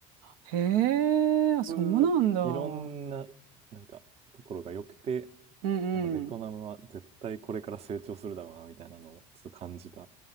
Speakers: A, on the right (about 85°); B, on the right (about 40°).
A: へえ、あ、そうなんだ。
B: そういういろんななんかところが良くて、
A: うんうん。
B: なんかベトナムは絶対これから成長するだろうなみたいなのをちょっと感じた